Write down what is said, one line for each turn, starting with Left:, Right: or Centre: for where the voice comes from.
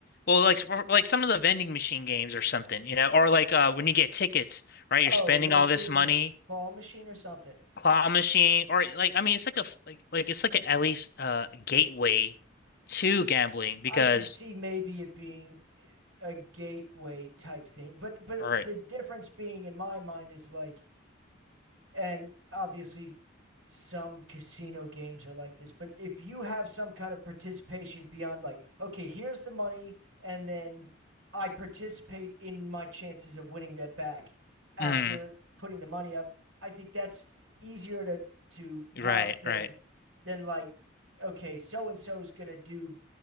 Left: Well, like like some of the vending machine games or something, you know, or like uh when you get tickets, right?
Right: Oh,
Left: You're spending
Right: like
Left: all this
Right: doing
Left: money,
Right: claw machine or something.
Left: claw machine, or like I mean, it's like a f- like like it's like a, at least uh gateway to gambling because
Right: I could see maybe it being a gateway type thing, but but
Left: all right,
Right: the difference being in my mind is like and obviously some casino games are like this, but if you have some kind of participation beyond like, okay, here's the money, and then I participate in my chances of winning that back after
Left: mm,
Right: putting the money up, I think that's easier to to palate
Left: right,
Right: than
Left: right,
Right: than like, okay, so and so's gonna do